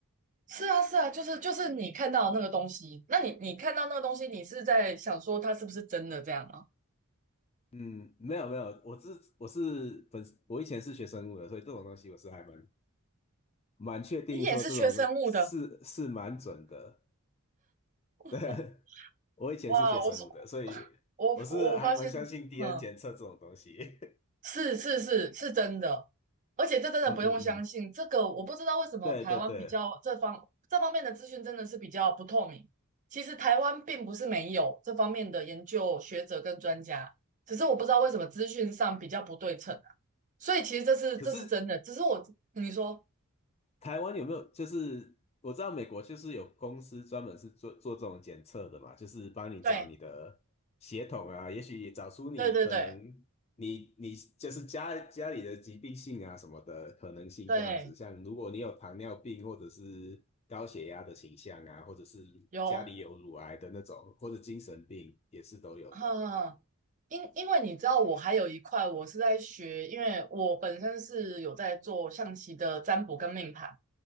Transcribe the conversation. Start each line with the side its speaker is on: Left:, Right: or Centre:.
Right: 是啊，是啊，就是就是你看到的那个东西，那你你看到那个东西，你是在想说它是不是真的这样吗？
Left: <laughs> 嗯，没有没有，我是我是本我以前是学生物的，所以这种东西我是还蛮蛮确定说这种说是是蛮准的，
Right: 你也是学生物的，
Left: <laughs>
Right: <laughs>
Left: 对，
Right: 哦，
Left: 我以前是学生物的，
Right: 哇！我说
Left: 所以我是还蛮相信
Right: 我我发现，
Left: DNA
Right: 嗯，
Left: 检测这种东西。
Right: 是是是是真的，而且这真的不用相信。
Left: <laughs> 嗯嗯嗯，
Right: 这个我不知道为什么台湾比较这方这方面的资讯真的是比较不透明。
Left: 对对对。
Right: 其实台湾并不是没有这方面的研究学者跟专家，只是我不知道为什么资讯上比较不对称啊。所以其实这是这是真的，
Left: 可是
Right: 只是我你说
Left: 台湾有没有？就是我知道美国就是有公司专门是做做这种检测的嘛，就是帮你找你的血统啊，
Right: 对
Left: 也许也找出你可能你你就是家家里的疾病性啊什么的可能性这样子。
Right: 对对对对
Left: 像如果你有糖尿病或者是高血压的倾向啊，或者是家里有乳癌的那种，
Right: 有，
Left: 或者精神病也是都有的。
Right: 哈。因因为你知道，我还有一块我是在学，因为我本身是有在做象棋的占卜跟命盘。